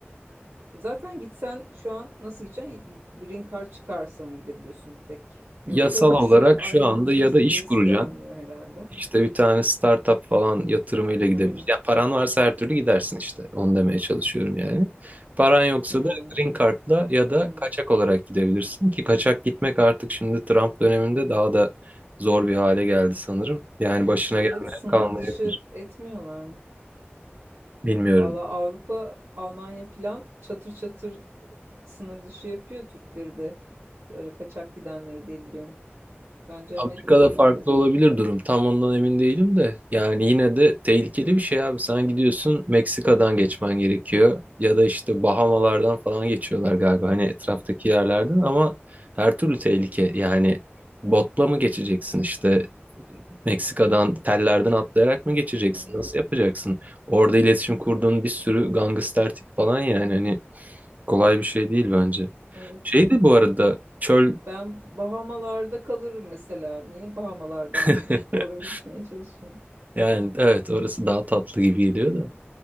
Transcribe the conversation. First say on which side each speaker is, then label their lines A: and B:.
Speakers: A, on the right; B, on the right.
A: Zaten gitsen şu an nasıl gideceksin? Green Card çıkarsa mı gidebiliyorsun bir tek? Yoksa
B: Yasal
A: nasıl
B: olarak
A: ayrı
B: şu anda
A: bir turist
B: ya da iş
A: vizesi
B: kuracaksın.
A: de alınıyor herhalde.
B: İşte bir tane startup falan yatırımıyla gidebilir.
A: Hmm,
B: Yani paran varsa her türlü gidersin işte. Onu demeye çalışıyorum yani. Paran yoksa
A: hmm,
B: da green card'la ya da
A: hmm.
B: kaçak olarak gidebilirsin ki kaçak gitmek artık şimdi Trump döneminde daha da zor bir hale geldi sanırım. Yani başına
A: Evet,
B: gelmeyen
A: sınır
B: kalmayabilir.
A: dışı etmiyorlar mı?
B: Bilmiyorum.
A: Valla Avrupa, Almanya filan çatır çatır sınır dışı yapıyor Türkleri de. Öyle kaçak gidenleri diye biliyorum. Bence
B: Afrika'da
A: Amerika da gönderir.
B: farklı olabilir durum. Tam ondan emin değilim de. Yani yine de tehlikeli bir şey abi. Sen gidiyorsun Meksika'dan geçmen gerekiyor. Ya da işte Bahamalardan falan geçiyorlar galiba. Hani etraftaki yerlerden ama her türlü tehlike. Yani botla mı geçeceksin işte Meksika'dan tellerden atlayarak mı geçeceksin?
A: Hmm,
B: Nasıl yapacaksın? Orada iletişim kurduğun bir sürü gangster tip falan yani hani kolay bir şey değil bence.
A: evet.
B: Şeydi bu arada çöl
A: Ben Bahamalarda kalırım mesela. Niye Bahamalardan
B: <laughs>
A: oraya gitmeye çalışayım?
B: Yani evet orası daha tatlı gibi geliyor da